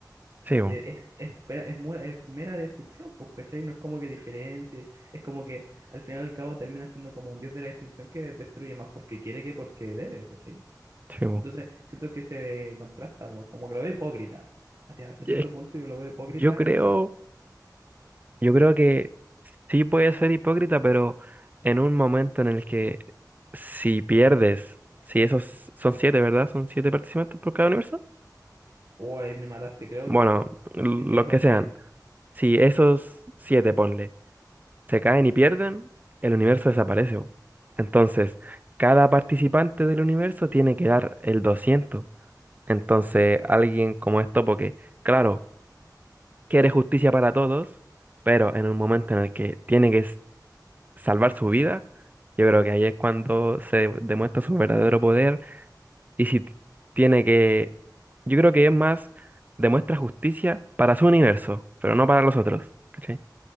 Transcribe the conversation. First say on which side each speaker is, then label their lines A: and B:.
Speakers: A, on the right (about 25°); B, on the right (about 50°).
A: sí, po,
B: Eh, Es, es, pe- es mu- es mera destrucción, pues, ¿cachai? No es como que diferencie, es como que al final y al cabo termina siendo como un dios de la destrucción que destruye más porque quiere que porque debe, ¿cachai?
A: sí,
B: Entonces siento que se contrasta, po, como que lo veo hipócrita. Hasta hasta
A: po.
B: cierto punto yo lo veo hipócrita
A: Yo creo, yo creo que sí puede ser hipócrita, pero en un momento en el que si pierdes, si esos son siete, ¿verdad? Son siete participantes por cada universo.
B: Oh, ahí me mataste, creo
A: Bueno,
B: que sí.
A: los
B: Si es que no son
A: que sean.
B: diez
A: Si esos siete, ponle, se caen y pierden, el universo desaparece. bo. Entonces, cada participante del universo tiene que dar el 200. Entonces, alguien como esto, porque, claro, quiere justicia para todos pero en un momento en el que tiene que salvar su vida, yo creo que ahí es cuando se demuestra su verdadero poder y si t- tiene que, yo creo que es más, demuestra justicia para su universo, pero no para los otros, ¿cachai?